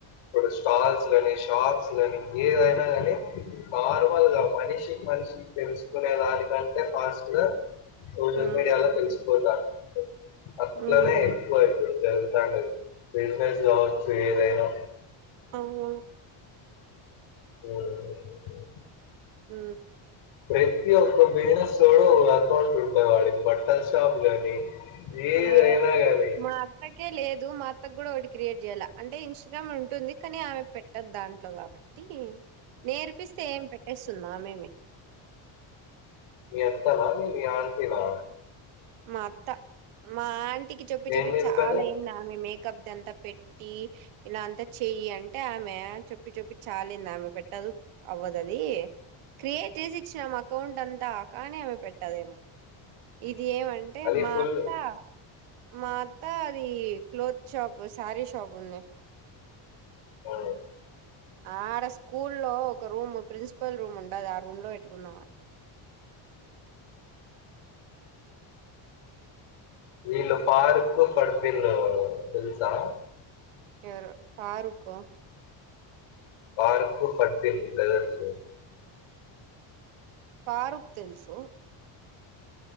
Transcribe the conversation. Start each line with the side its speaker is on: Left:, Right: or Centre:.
Left: ఒక స్టాల్స్ గానీ షాప్స్ గానీ ఏదైనా గానీ నార్మల్ గా మనిషి కి మనిషి కి తెలుసుకునే దానికంటే ఫాస్ట్ గా సోషల్
Right: హ్మ్.
Left: మీడియాలో తెలిసిపోతుంది అట్లనే
Right: హ్మ్.
Left: ఎక్కువ ఇప్పుడు జరుగుతాండేది బిజినెస్ కావచ్చు ఏదైనా
Right: అవును
Left: హు హు
Right: ఊ
Left: ప్రతి ఒక్క బిజినెస్ వోడు అకౌంట్ ఉంటాయి వాడికి బట్టల షాప్ కాని ఏదైనా
Right: అదే
Left: గాని
Right: మా అత్తకే లేదు మా అత్త కూడా ఒకటి క్రియేట్ చేయాలి అంటే ఇన్స్టాగ్రామ్ ఉంటుంది కాని ఆమె పె పెట్టదు దాంట్లో కాబట్టీ నేర్పిస్తే ఏం పెట్టేస్తుంది ఆమెమి
Left: మీ అత్తనా మీ ఆంటీ నా
Right: మా అత్త మా ఆంటీకి చెప్పి
Left: ఏం
Right: చెప్పి
Left: చేస్తారు
Right: చాలా ఏంది ఆమె మేకప్దింతా పెట్టీ ఇలా అంతా చెయ్యి అంటే ఆమే చెప్పి చెప్పి చాలైంది ఆమె పెట్టదు అవ్వదు అదీ క్రియేట్ చేసి ఇచ్చినాం అకౌంట్ అంతా కానీ ఆమె పెట్టదేమో? ఇది ఏమంటే
Left: అది
Right: మా
Left: ఫుల్
Right: అత్తా మా అత్తా అది క్లోత్ షాప్ శారీ షాప్ ఉంది.
Left: ఓ
Right: ఆడ స్కూల్ లో ఒక రూమ్ ప్రిన్సిపల్ రూమ్ ఉండది ఆ రూమ్ లో పెట్టుకుంది ఆమె
Left: వీళ్ళ పాార్క్ పట్పిన్ తెల్సా
Right: ఎవరు ఫారూక్
Left: ఫరూక్ <unintelligible> బ్రదర్స్
Right: ఫారూక్ తెలుసు